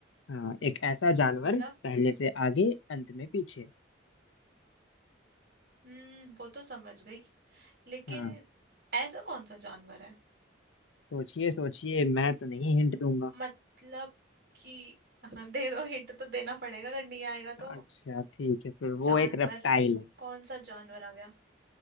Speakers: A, on the left; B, on the right.
A: हाँ एक ऐसा जानवर
B: मतलब
A: पहले से आगे अंत में पीछे
B: हम्म वो तो समझ गई लेकिन
A: हाँ
B: ऐसा कौन सा जानवर है
A: सोचिए सोचिए मैं तो नहीं हिंट दूंगा
B: मतलब कि हाँ, दे दो हिंट तो देना पड़ेगा अगर नहीं आएगा तो
A: अच्छा ठीक है फिर वो
B: जानवर
A: एक रेप्टाइल है
B: कौन सा जानवर आ गया